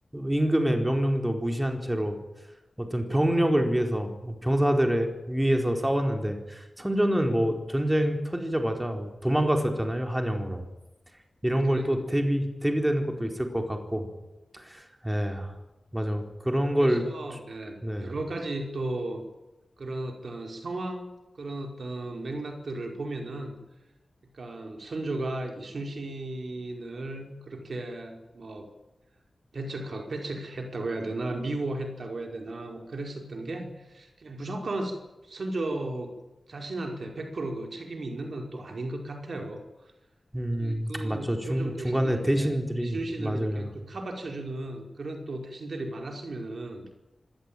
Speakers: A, on the right; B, on the right.
A: 임금의 명령도 무시한 채로 어떤 병력을 위해서, 병사들의 위해서 싸웠는데, 선조는 뭐, 전쟁 터지자마자 도망갔었잖아요, 한양으로. 이런
B: 음, 그랬죠.
A: 걸 또 대비, 대비되는 것도 있을 것 같고, 에, 맞아. 그런
B: 그래서
A: 걸, 주-
B: 네,
A: 네.
B: 여러 가지 또 그런 어떤 상황 그런 어떤 맥락들을 보면은 그러니까 선조가 이순신을 그렇게 뭐 배척하고 배척했다고 해야 되나 미워했다고 해야 되나 뭐 그랬었던 게 그냥 무조건 선조 자신한테 100%그 책임이 있는 건 또 아닌 것 같아요.
A: 음,
B: 이그
A: 맞죠. 중,
B: 조정 대신들
A: 중간에 대신들이,
B: 중에 이순신을
A: 맞아요.
B: 이렇게 좀 카바쳐주는 그런 또 대신들이 많았으면은